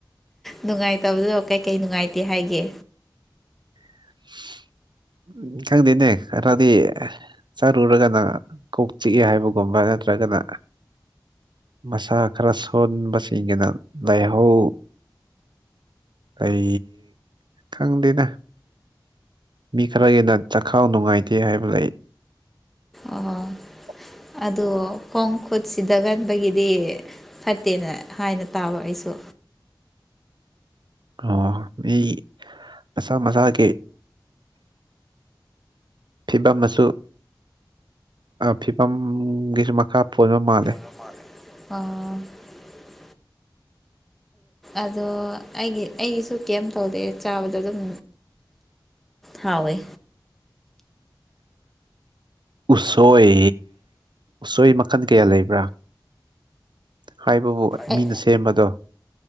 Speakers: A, in the centre; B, on the right.
A: ꯅꯨꯡꯉꯥꯏꯇꯕꯗꯣ ꯀꯩꯀꯩ ꯅꯨꯡꯉꯥꯏꯇꯦ ꯍꯥꯏꯒꯦ
B: <inaudible> ꯎꯝ ꯈꯪꯗꯦꯅꯦ ꯈꯔꯗꯤ ꯆꯥꯔꯨꯔꯒꯅ ꯀꯣꯛ ꯆꯤꯛꯑꯦ ꯍꯥꯏꯕꯒꯨꯝꯕ ꯅꯠꯇ꯭ꯔꯒꯅ ꯃꯁꯥ ꯈꯔ ꯁꯣꯟꯕꯁꯤꯡꯒꯤꯅ ꯂꯥꯏꯍꯧ ꯑꯩ ꯈꯪꯗꯦꯗ ꯃꯤ ꯈꯔꯒꯤꯅ ꯆꯈꯥꯎ ꯅꯨꯡꯉꯥꯏꯇꯦ ꯍꯥꯏꯕ ꯂꯩ
A: ꯑꯣ
B: ꯑ
A: ꯑꯗꯣ ꯈꯣꯡ ꯈꯨꯠꯁꯤꯗꯒꯟꯕꯒꯤꯗꯤ ꯐꯠꯇꯦꯅ ꯍꯥꯏꯅ ꯇꯥꯕ ꯑꯩꯁꯨ
B: <unintelligible> ꯑꯣ ꯃꯤ ꯃꯁꯥ ꯃꯁꯥꯒꯤ ꯐꯤꯕꯝ ꯑꯃꯁꯨ ꯐꯤꯕꯝꯒꯤꯁꯨ ꯃꯈꯥ ꯄꯣꯟꯕ ꯃꯥꯜꯂꯦ
A: ꯑꯣ ꯑꯗꯣ ꯑꯩꯒꯤ ꯑꯩꯒꯤꯁꯨ ꯀꯩꯝ ꯇꯧꯗꯦꯦ ꯆꯥꯕꯗ ꯑꯗꯨꯝ ꯍꯣꯏ
B: ꯎꯁꯣꯏ ꯎꯁꯣꯏ ꯃꯈꯜ ꯀꯌꯥ ꯂꯩꯕ꯭ꯔꯥ ꯍꯥꯏꯕꯕꯨ
A: ꯑꯩ
B: ꯃꯤꯅ ꯁꯦꯝꯕꯗꯣ